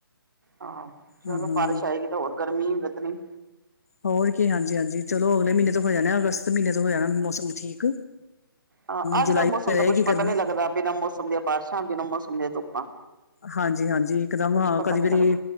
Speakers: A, on the right; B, on the left.
A: ਆਹ ਚਲੋ
B: ਹਾਂ ਹਾਂ
A: ਬਾਰਿਸ਼ ਆਏਗੀ ਤਾਂ ਹੋਰ ਗਰਮੀ ਨੀ ਵੱਧਣੀ।
B: ਹੋਰ ਕੀ ਹਾਂਜੀ-ਹਾਂਜੀ। ਚਲੋ ਅਗਲੇ ਮਹੀਨੇ ਤੋਂ ਹੋ ਜਾਣਾ ਅਗਸਤ ਮਹੀਨੇ ਤੋਂ ਹੋ ਜਾਣਾ ਮੌਸਮ ਠੀਕ।
A: ਹਾਂ। ਅੱਜ-ਕਲ
B: ਜੁਲਾਈ
A: ਮੌਸਮ
B: ਰਹੇਗੀ
A: ਦਾ ਕੁੱਛ ਪਤਾ
B: ਗਰਮੀ
A: ਨੀ ਲੱਗਦਾ, ਬਿਨਾਂ ਮੌਸਮ ਦੀਆਂ ਬਾਰਿਸ਼ਾਂ ਆਂਦੀਆਂ ਨੇ, ਬਿਨਾਂ ਮੌਸਮ ਦੀਆਂ ਧੁੱਪਾਂ।
B: ਹਾਂਜੀ-ਹਾਂਜੀ। ਇਕਦਮ
A: ਕੁੱਛ ਪਤਾ
B: ਕਈ
A: ਨੀ
B: ਵਾਰੀ
A: ਲੱਗਦਾ